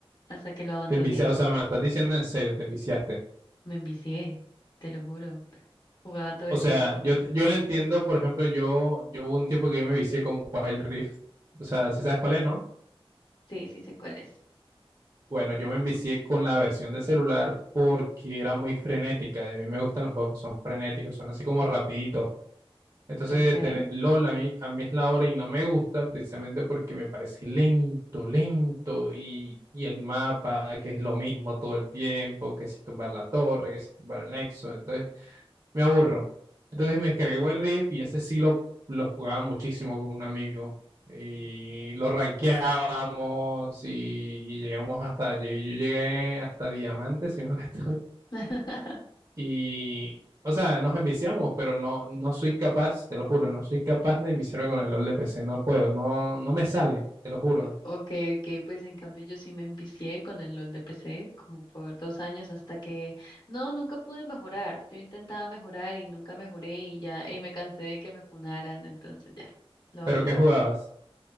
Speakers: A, on the left (about 45°); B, on the right (about 45°).
A: hasta que lo abandoné.
B: Te enviciaste. O sea, me lo estás diciendo en serio, te enviciaste.
A: Me envicié, te lo juro. Jugaba todo
B: O
A: el
B: sea,
A: tiempo.
B: yo, te- yo lo entiendo, por ejemplo, yo, yo hubo un tiempo que yo me vicié con Wild Rift. O sea, si sabes cuál es, no?
A: Sí, sí sé cuál es.
B: Bueno, yo me envicié con la versión de celular porque era muy frenética. Y a mí me gustan los juegos que son frenéticos, son así como rapiditos. Entonces,
A: Okay.
B: tener LOL a mí, a mí es la hora y no me gusta precisamente porque me parece lento, lento y, y el mapa, que es lo mismo todo el tiempo, que si tumbar la torre, que si tumbar el nexo, entonces me aburro. Entonces me descargué el Rift y ese sí lo, lo jugaba muchísimo con un amigo y lo rankeábamos y, y llegamos hasta, llegué- yo llegué hasta Diamante, si no <laughs> me estoy
A: <laughs>
B: y, o sea, nos enviciamos, pero no, no soy capaz, te lo juro, no soy capaz de enviciarme con el LOL de P C no puedo, no, no me sale, te lo juro.
A: Ok, ok, pues en cambio yo sí me envicié con el LOL de PC como por dos años hasta que no, nunca pude mejorar. Yo intentaba mejorar y nunca mejoré y ya, y me cansé de que me funaran, entonces ya, lo abandoné.
B: Pero ¿qué jugabas?